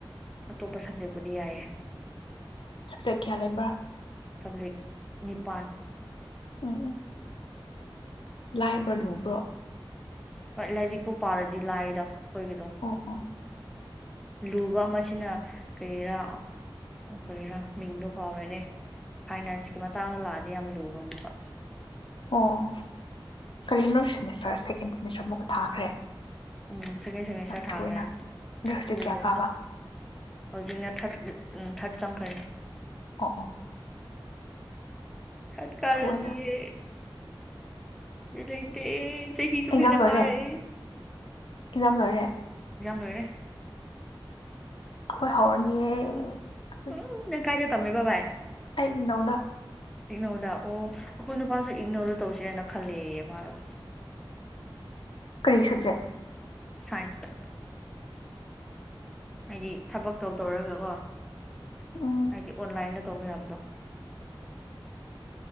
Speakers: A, in the centre; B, on the left (about 75°).
A: ꯑꯇꯣꯞꯄ ꯁꯕꯖꯦꯛꯄꯨꯗꯤ ꯌꯥꯏꯌꯦ
B: ꯆ ꯀꯌꯥ ꯂꯩꯕ꯭ꯔꯥ
A: ꯁꯕꯖꯦꯛ ꯅꯤꯄꯥꯜ
B: ꯎꯝ ꯎ ꯂꯥꯏꯕ꯭ꯔꯣ ꯂꯨꯕ꯭ꯔꯣ
A: ꯍꯣꯏ ꯂꯥꯏꯔꯤꯛꯄꯨ ꯄꯥꯔꯗꯤ ꯂꯥꯏꯗ ꯑꯩꯈꯣꯏꯒꯤꯗꯣ
B: ꯑꯣ ꯑꯣ
A: ꯂꯨꯕ ꯑꯃꯁꯤꯅ ꯀꯔꯤꯔꯥ ꯀꯔꯤꯔꯥ ꯃꯤꯡꯗꯣ ꯀꯥꯎꯔꯦꯅꯦ ꯐꯥꯏꯅꯥꯟꯁꯀꯤ ꯃꯇꯥꯡꯗ ꯂꯥꯛꯑꯗꯤ ꯌꯥꯝ ꯂꯨꯕ ꯑꯃꯀ
B: ꯑ ꯀꯔꯤꯝ ꯅꯣꯏ ꯁꯦꯃꯤꯁꯔ ꯃꯤꯁ꯭ꯔ ꯑꯃꯨꯛꯀ ꯊꯥꯈ꯭ꯔꯦ
A: ꯎꯝ ꯁꯦꯀꯦꯟ ꯁꯦꯃꯤꯁꯇꯔ
B: ꯌꯥꯝ ꯊꯨꯏꯅ ꯅꯣꯏ
A: ꯊꯥꯈ꯭ꯔꯦ
B: ꯍꯧꯖꯤꯛ
A: ꯊꯨꯕꯅꯦ
B: ꯀꯌꯥ ꯀꯥꯕ
A: ꯍꯧꯖꯤꯛꯅ ꯊꯔꯠ ꯎꯝ ꯊꯔꯠ ꯆꯝꯈꯔꯦ
B: ꯑꯣ ꯑꯣ
A: ꯊꯠ ꯀꯔꯅꯤ
B: ꯊꯨꯏꯅ
A: ꯌꯦ ꯂꯦ ꯆꯍꯤꯁꯨ
B: ꯑꯦꯛꯖꯥꯝ
A: ꯍꯦꯟꯅ
B: ꯂꯣꯏꯔꯦ
A: ꯀꯥꯔꯛꯑꯦ
B: ꯑꯦꯛꯖꯥꯝ ꯂꯣꯏꯔꯦ
A: ꯂꯣꯏꯔꯦ
B: ꯑꯩꯈꯣꯏ ꯍꯧꯔꯅꯤꯌꯦ ꯑꯩꯈꯣꯏꯗꯤ
A: ꯎ ꯅꯪ ꯀꯥꯏꯗ ꯇꯃꯦꯕꯕꯥꯥꯏ
B: ꯑꯩ ꯏꯛꯅꯧꯗ
A: ꯏꯛꯅꯧꯗ ꯑꯣꯈꯣꯏ ꯅꯨꯄꯁꯨ ꯏꯒꯅꯔ ꯇꯧꯁꯦꯅ ꯈꯜꯂ ꯃꯥꯗꯣ
B: ꯀꯔꯤ ꯁꯕꯖꯦꯛ
A: ꯁꯥꯏꯟꯁꯇ ꯍꯥꯏꯗꯤ ꯊꯕꯛ ꯇꯧ ꯇꯧꯔꯒꯀꯣ
B: ꯎꯝ
A: ꯍꯥꯏꯗꯤ ꯑꯣꯟꯂꯥꯏꯟꯗ ꯇꯧꯒꯗ